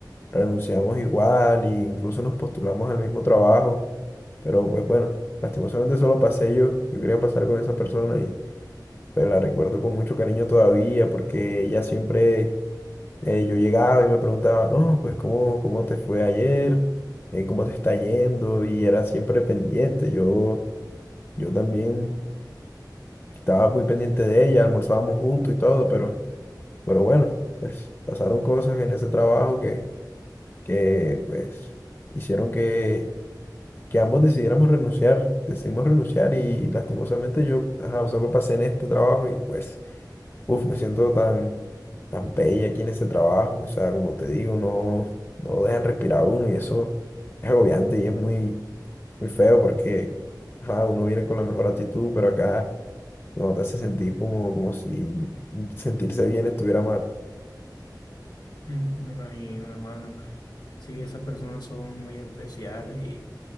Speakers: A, on the left (about 30°); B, on the left (about 65°).
A: renunciamos igual e incluso nos postulamos al mismo trabajo, pero pues bueno, lastimosamente solo pasé yo, yo quería pasar con esa persona y pues la recuerdo con mucho cariño todavía porque ella siempre Eh, yo llegaba y me preguntaba, no, pues cómo, cómo te fue ayer, Eh, cómo te está yendo, y era siempre pendiente. Yo, yo también estaba muy pendiente de ella, almorzábamos juntos y todo, pero, pero bueno, pues pasaron cosas en ese trabajo que, que pues hicieron que, que ambos decidiéramos renunciar, decidimos renunciar y lastimosamente yo, ajá, solo pasé en este trabajo y pues, uff, me siento tan tan pelle aquí en ese trabajo, o sea, como te digo, no, no lo dejan respirar a uno y eso es agobiante y es muy, muy feo porque ajá, uno viene con la mejor actitud, pero acá no te hace sentir como, como si sentirse bien estuviera mal.
B: Mm, Me imagino, hermano. Sí, esas personas son muy especiales y